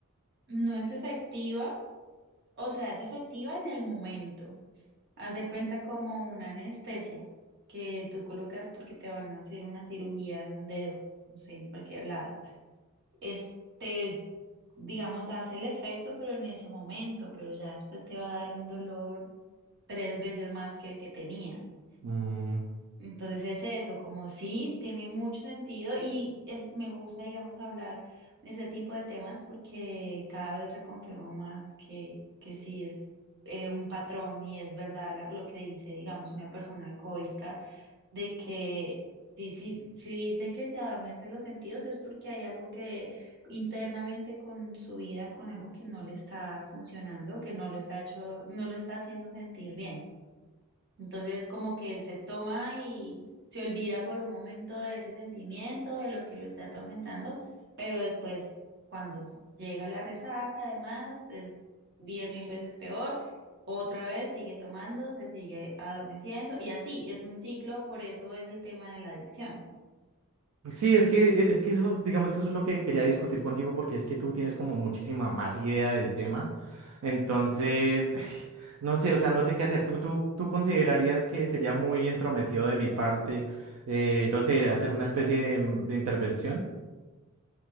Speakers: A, on the right; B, on the right.
A: No es efectiva O sea, es efectiva en el momento. Haz de cuenta como una anestesia que tú colocas porque te van a hacer una cirugía en un dedo, no sé, en cualquier lado. Este, digamos, hace el efecto, pero en ese momento, pero ya después te va a dar un dolor tres veces más que el que tenías.
B: Mm,
A: Entonces es eso, como sí, tiene mucho sentido y es, me gusta, digamos, hablar de ese tipo de temas porque cada vez reconfirmo más que, que sí es eh, un patrón y es verdad la- lo que dice, digamos, una persona alcohólica, de que si, si, si dice que se adormecen los sentidos es porque hay algo que internamente con su vida, con algo que no le está funcionando, que no lo está hecho, no lo está haciendo sentir bien. Entonces como que se toma y se olvida por un momento de ese sentimiento, de lo que lo está atormentando, pero después cuando llega la resaca además es diez mil veces peor, otra vez sigue tomando, se sigue adormeciendo y así, es un ciclo, por eso es el tema de la adicción.
B: Sí, es que, e, es que eso, digamos, eso es lo que quería discutir contigo porque es que tú tienes como muchísima más idea del tema. Entonces, <sighs> no sé, o sea, no sé qué hacer. ¿Tú, tú, tú considerarías que sería muy entrometido de mi parte, eh, no sé, hacer una especie de, de intervención?